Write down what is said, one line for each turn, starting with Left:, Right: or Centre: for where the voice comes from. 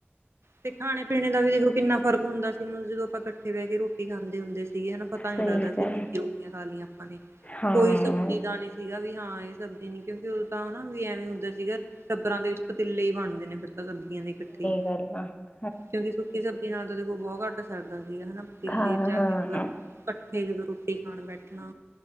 Right: ਤੇ ਖਾਣੇ - ਪੀਣੇ ਦਾ ਵੀ ਦੇਖੋ ਕਿੰਨਾ ਫ਼ਰਕ ਹੁੰਦਾ ਸੀ। ਮਨੂੰ ਜਦੋਂ ਆਪਾਂ ਇਕੱਠੇ ਬਹਿ ਕੇ ਰੋਟੀ ਖਾਂਦੇ ਹੁੰਦੇ ਸੀਗੇ ਹਨਾ। ਤੁਹਾਨ
Left: ਸਹੀ
Right: ਲੱਗਦਾ ਸੀ
Left: ਗੱਲ
Right: ਕਿ ਰੋਟੀਆਂ ਖਾ ਲਈਆਂ ਆਪਾਂ ਨੇ।
Left: ਹਾਂ
Right: ਕੋਈ ਸਬਜ਼ੀ ਦਾ ਨੀ। ਸੀਗਾ ਵੀ ਹਾਂ ਇਹ ਸਬਜ਼ੀ ਨੀ। ਕਿਉਂਕਿ ਉਦੋਂ ਤਾਂ ਹਨਾ ਵੀ ਐਵੇਂ ਹੁੰਦਾ ਸੀਗਾ। ਟੱਬਰਾਂ ਦੇ ਵਿੱਚ ਪਤੀਲੇ ਹੀ ਬਣਦੇ ਨੇ ਫਿਰ। ਸਬਜ਼ੀਆਂ ਨੇ ਇਕੱਠੇ।
Left: <inaudible>
Right: ਕਿਉਂਕਿ ਸੁੱਕੀ ਸਬਜ਼ੀ ਨਾਲ ਤਾਂ ਦੇਖੋ ਬਹੁਤ ਘੱਟ ਸਰਦਾ ਸੀਗਾ ਹਨਾ। ਪਤੀਲੇ
Left: ਹਾਂ
Right: ਜਾ
Left: ਹਾਂ
Right: ਕੇ ਮਤਲਬ। ਇਕੱਠੇ ਜਦੋਂ ਰੋਟੀ ਖਾਣ ਬੈਠਣਾ